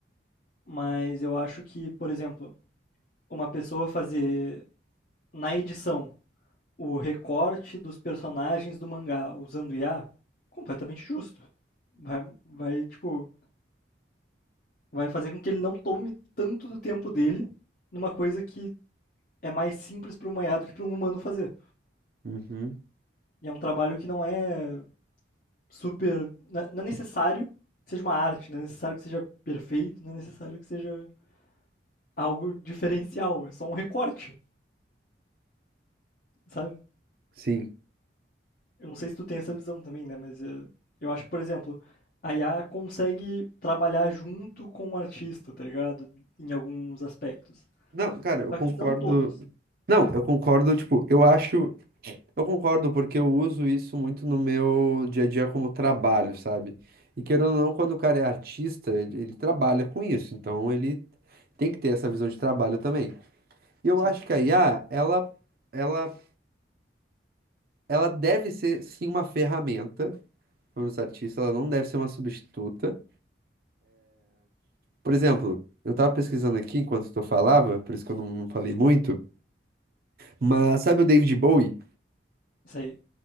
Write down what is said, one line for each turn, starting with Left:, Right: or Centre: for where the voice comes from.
Left: Mas eu acho que, por exemplo, uma pessoa fazer na edição o recorte dos personagens do mangá usando IA, completamente justo. Vai, vai, tipo, vai fazer com que ele não tome tanto do tempo dele numa coisa que é mais simples para um IA do que para um humano fazer.
Right: uhum.
Left: E é um trabalho que não é super. Não é necessário que seja uma arte, não é necessário que seja perfeito, não é necessário que seja algo diferencial, é só um recorte, sabe?
Right: Sim.
Left: Eu não sei se tu tem essa visão também, né? Mas é, eu acho que, por exemplo, a IA consegue trabalhar junto com o artista, tá ligado? Em alguns aspectos.
Right: Não, cara, eu
Left: Só
Right: concordo.
Left: que não todos.
Right: Não, eu concordo, tipo, eu acho. Eu concordo, porque eu uso isso muito no meu dia a dia como trabalho, sabe? E querendo ou não, quando o cara é artista, ele, ele trabalha com isso, então ele tem que ter essa visão de trabalho também. E eu
Left: Sim,
Right: acho que a IA, ela, ela, ela deve ser sim uma ferramenta para os artistas, ela não deve ser uma substituta. Por exemplo, eu tava pesquisando aqui enquanto tu falava, por isso que eu não, não falei muito, mas sabe o David Bowie?
Left: isso aí.